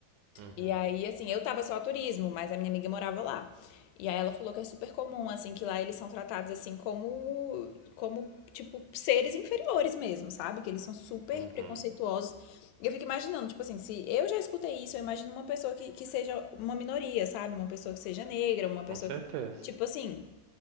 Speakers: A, on the right (about 75°); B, on the left (about 90°).
A: Uhum.
B: E aí, assim, eu tava só a turismo, mas a minha amiga morava lá. E aí ela falou que é super comum, assim, que lá eles são tratados assim como, como tipo, seres inferiores mesmo, sabe? Que eles são super
A: Uhum.
B: preconceituosos. E eu fico imaginando, tipo assim, se eu já escutei isso, eu imagino uma pessoa que, que seja uma minoria, sabe? Uma pessoa que seja negra, uma pessoa
A: Com certeza.
B: que. Tipo assim,